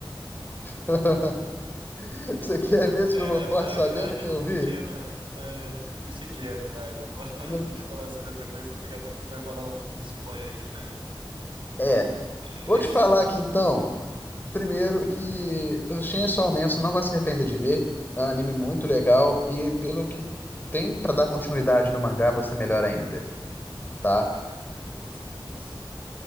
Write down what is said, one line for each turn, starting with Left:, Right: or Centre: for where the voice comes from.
Left: <laughs> Você quer mesmo
Right: É,
Left: que eu concorde
Right: na, na
Left: sabendo
Right: verdade
Left: que
Right: eu não
Left: eu
Right: queria,
Left: vi?
Right: não. É, deixa quieto, vai. Vou falar-
Left: Eu não-
Right: <laughs> deixa eu falar sobre outra coisa, senão daqui a pouco tu vai falar um, um spoiler aqui pra mim.
Left: É,
Right: <laughs>
Left: vou te falar aqui então, primeiro que o Chainsaw Man você não vai se arrepender de ver, é um anime muito legal e pelo que tem pra dar continuidade no mangá vai ser melhor ainda,
Right: Ah,
Left: tá?
Right: que delícia ouvir isso.